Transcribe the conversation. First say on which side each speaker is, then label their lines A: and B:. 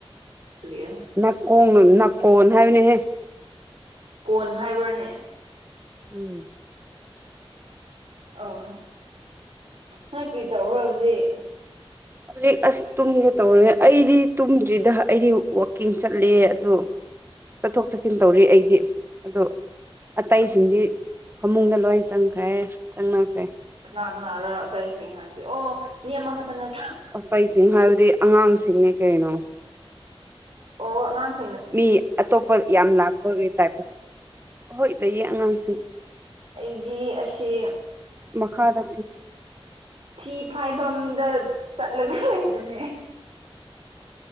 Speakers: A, on the right; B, on the right.
A: ꯀꯔꯤꯔ
B: ꯅꯥꯀꯣꯡꯅ ꯅꯥꯀꯣꯟ ꯍꯥꯏꯕꯅꯦꯍꯦꯛ
A: ꯀꯣꯟ ꯍꯥꯏꯕ꯭ꯔꯅꯦ
B: ꯎꯝ
A: ꯑꯣ ꯍꯣ ꯅꯣꯏ ꯀ꯭ꯔꯤ ꯇꯧꯕ꯭ꯔꯥ ꯍꯧꯖꯤꯛ
B: ꯍꯧꯖꯤꯛ ꯑꯁ ꯇꯨꯝꯒꯦ ꯇꯧꯔꯦ ꯑꯩꯗꯤ ꯇꯨꯝꯗ꯭ꯔꯤꯗ ꯑꯩꯗꯤ ꯋꯥꯛꯀꯤꯡ ꯆꯠꯂꯦ ꯑꯗꯨ ꯆꯠꯊꯣꯛ ꯆꯠꯁꯤꯟ ꯇꯧꯔꯤ ꯑꯩꯗꯤ ꯑꯗꯣ ꯑꯇꯩꯁꯤꯡꯗꯤ ꯐꯃꯨꯡꯗ ꯂꯣꯏ ꯆꯪꯈ꯭ꯔꯦ ꯆꯪꯅꯈ꯭ꯔꯦ
A: ꯅꯥꯅꯥꯔ ꯑꯇꯩꯁꯤꯡ ꯍꯥꯏꯕꯗꯤ ꯑꯣ ꯃꯤ ꯑꯃꯈꯛꯇ ꯅꯠꯇ
B: ꯄꯄꯩꯁꯤꯡ ꯍꯥꯏꯕꯗꯤ ꯑꯉꯥꯡꯁꯤꯡꯅꯦ ꯀꯩꯅꯣ
A: ꯑꯣ ꯑꯉꯥꯡ
B: ꯃꯤ ꯑꯇꯣꯞꯄ ꯌꯥꯝ ꯂꯥꯛꯄꯒ ꯇꯥꯏꯞꯄ ꯍꯍꯣꯏ ꯂꯩꯌꯦ ꯑꯉꯥꯡꯁꯤꯡ
A: ꯑꯩꯒꯤ ꯑꯁꯤ
B: ꯈꯥꯗ
A: ꯊꯤ ꯐꯥꯏꯐꯝꯗ ꯆꯠꯂꯒ ꯂꯩꯕꯅꯦ